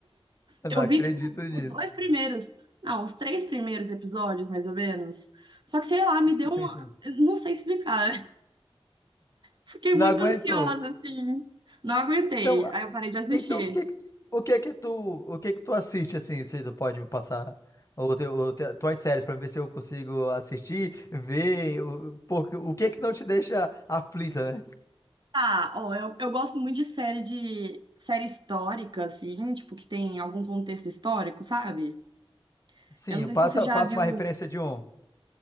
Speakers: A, on the left; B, on the right.
A: Eu
B: Eu
A: não acredito
B: vi, tipo,
A: nisso.
B: os dois primeiros, não, os três primeiros episódios, mais ou menos. Só que, sei lá, me deu
A: Sim,
B: uma.
A: sim.
B: eu Não sei explicar. <laughs> Fiquei
A: Não
B: muito
A: aguentou.
B: ansiosa, assim. Não aguentei.
A: Então,
B: Aí eu parei de assistir.
A: então o que, o que é que tu, o que é que tu assiste assim, se tu pode me passar ou, te, ou te- tuas séries pra ver se eu consigo assistir, ver o, porque o que é que não te deixa aflita, né?
B: Ah, ó, eu, eu gosto muito de série de série histórica, assim, tipo, que tem algum contexto histórico, sabe?
A: Sim,
B: Eu não sei
A: passa,
B: se você já
A: passa
B: viu.
A: uma referência de um.